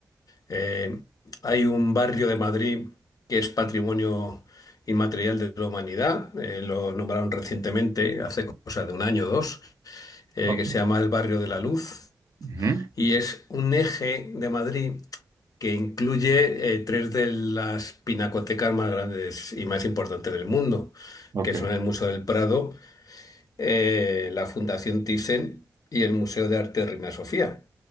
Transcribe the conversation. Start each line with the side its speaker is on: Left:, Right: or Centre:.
Left: Eh, hay un barrio de Madrid que es patrimonio inmaterial de la humanidad, eh, lo nombraron recientemente, hace cosa de un año o dos, eh,
Right: Ok.
Left: que se llama el Barrio de la Luz
Right: Ujú,
Left: y es un eje de Madrid que incluye eh, tres de las pinacotecas más grandes y más importantes del mundo,
Right: Ok,
Left: que son el Museo del Prado, eh, la Fundación Thyssen y el Museo de Arte de Reina Sofía.